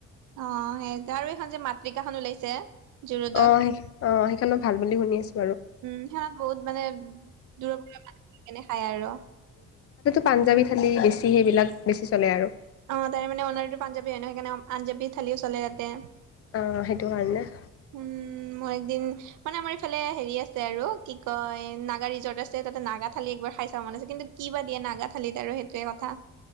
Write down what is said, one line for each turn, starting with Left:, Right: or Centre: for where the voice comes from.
Right: অ সেই আৰু এইখন যে মাতৃকাখন ওলাইছে? জুৰোডত
Left: অ সেই অ সেইখন মই ভাল বুলি শুনি আছো।
Right: উম সেইখনত বহুত মানে দূৰৰ মানুহ আহি কেনে খায় আৰু।
Left: পাঞ্জাৱী থালী বেছি সেইবিলাক বেছি চলে আৰু।
Right: অ তাৰে মানে অনাৰটো পাঞ্জাবী হয় ন সেইকাৰণে পাঞ্জাবী থালিয়ে চলে তাতে।
Left: অ সেইটো কাৰণে।
Right: উম মোৰ একদিন মানে আমাৰ ইফালে হেৰি আছে আৰু কি কয় নাগা ৰিজৰ্ট আছে তাতে নাগা- থালি একবাৰ খাই চাব মন আছে, কিন্তু কি বা দিয়ে নাগা থালিত আৰু সেইটোৱে কথা।